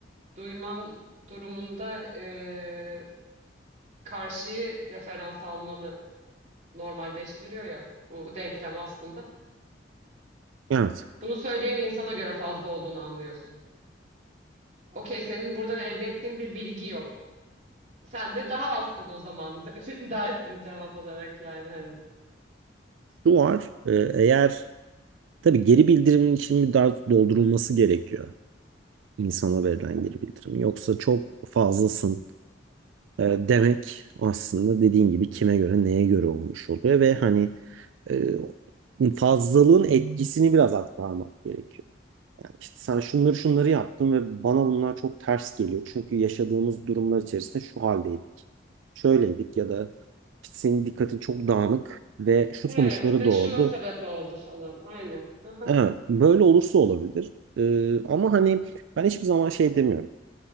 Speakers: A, on the right; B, on the right.
A: duyman durumunda e, karşıyı referans almanı normalleştiriyor ya bu denklem aslında.
B: Evet.
A: Bunu söyleyen insana göre fazla olduğunu anlıyorsun. Okey, senin buradan elde ettiğin bir bilgi yok. Sen de daha azsın o zaman <laughs> dersin cevap olarak yani hani.
B: Şu var. e, eğer tabii geri bildirimin için bir daha doldurulması gerekiyor. insana verilen geri bildirim. Yoksa çok fazlasın e, demek aslında dediğin gibi kime göre neye göre olmuş oluyor ve hani e, fazlalığın etkisini biraz aktarmak gerekiyor. Yani işte sen şunları şunları yaptın ve bana bunlar çok ters geliyor. Çünkü yaşadığımız durumlar içerisinde şu haldeydik. Şöyleydik ya da işte senin dikkatin çok dağınık ve şu
A: Evet
B: sonuçları
A: ve
B: doğurdu.
A: şuna sebep oldu falan. Aynen. Aha.
B: Evet, böyle olursa olabilir. E, ama hani ben hiçbir zaman şey demiyorum.